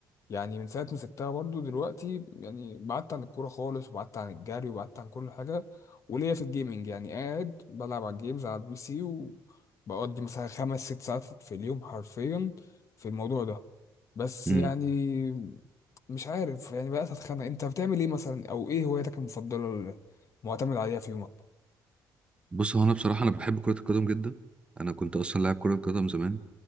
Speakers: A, on the left; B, on the right.
A: يعني من ساعه ما سبتها برضو دلوقتي يعني بعدت عن الكوره خالص وبعدت عن الجري وبعدت عن كل حاجه وليا في الجيمنج يعني قاعد بلعب على الجيمز على البي سي وبقضي مثلا خمس ست ساعات في اليوم حرفيا في الموضوع ده بس
B: امم
A: يعني مش عارف يعني بقيت اتخانق انت بتعمل ايه مثلا او ايه هوايتك المفضله اللي معتمد عليها في يومك
B: بص هو انا بصراحه انا بحب كره القدم جدا انا كنت اصلا لاعب كره قدم زمان